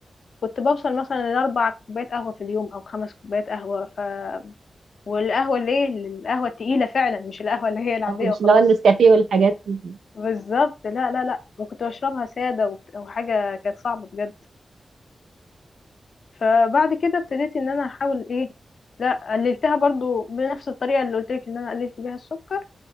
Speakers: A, on the left (about 70°); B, on the right (about 90°).
A: كنت بوصل مثلا لاربع كوبايات قهوه في اليوم او خمس كوبايات قهوه ف والقهوه اللي هي القهوه التقيله فعلا مش القهوه اللي هي العاديه
B: اه مش
A: وخلاص
B: اللي هو النسكافيه والحاجات دي
A: بالظبط لا لا لا وكنت بشربها سادة وبت- وحاجة كانت صعبة بجد فبعد كده ابتديت ان انا احاول ايه لا قللتها برضو بنفس الطريقة اللي قلت لك ان انا قللت بيها السكر